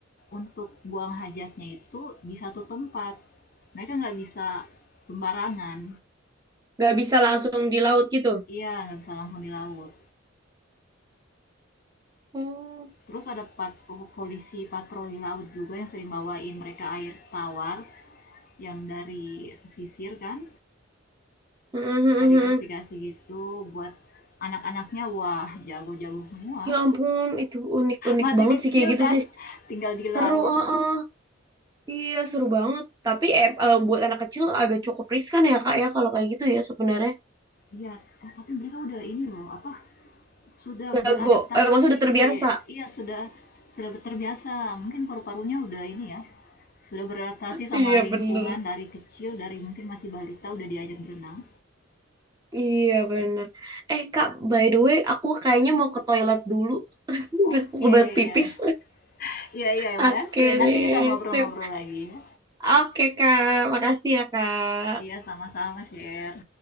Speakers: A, on the left (about 45°); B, on the right (about 20°).
A: untuk buang hajatnya itu di satu tempat. Mereka nggak bisa sembarangan.
B: Nggak bisa langsung di laut gitu.
A: Iya, nggak bisa langsung di laut.
B: Oh,
A: Terus ada pat- polisi patroli laut juga yang sering bawain mereka air tawar yang dari pesisir kan.
B: mm-mm, mm-mm,
A: Suka dikasih-kasih
B: mm-mm.
A: gitu buat anak-anaknya, wah jago-jago semua.
B: Ya ampun, itu unik-unik
A: Masih
B: banget
A: kecil
B: sih kayak gitu
A: kan,
B: sih.
A: tinggal di
B: Seru,
A: laut.
B: uh Iya, seru banget. Tapi eh, eh, buat anak kecil agak cukup riskan ya, Kak, ya kalau kayak gitu ya sebenarnya.
A: Iya, eh, tapi mereka udah ini loh, apa, sudah
B: Jago,
A: beradaptasi.
B: eh, maksudnya udah terbiasa.
A: Iya, sudah sudah terbiasa. Mungkin paru-parunya udah ini ya, sudah beradaptasi
B: Iya,
A: sama lingkungan
B: bener.
A: dari kecil, dari mungkin masih balita udah diajak berenang.
B: Iya, bener. Eh, Kak, by the way, aku kayaknya mau ke toilet dulu. <laughs>
A: Oke,
B: Udah udah pipis.
A: iya. Iya, iya,
B: Oke
A: makasih. Nanti
B: deh,
A: kita ngobrol-ngobrol
B: sip.
A: lagi ya.
B: Oke, Kak. Makasih ya, Kak.
A: Iya, sama-sama, share.